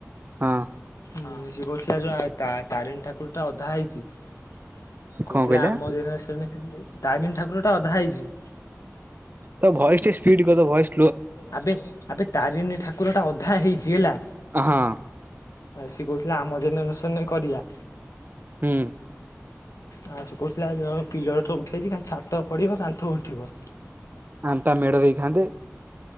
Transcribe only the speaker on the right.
ହଁ।
କଣ କହିଲା?
ତୋ ଭଏସ୍ ଟିକେ ସ୍ପିଡ କରିଦବୁ ଭଏସ୍।
ହଁ
ହୁଁ
ଆମେ ପା ମେଢ ଦେଇଥାନ୍ତେ?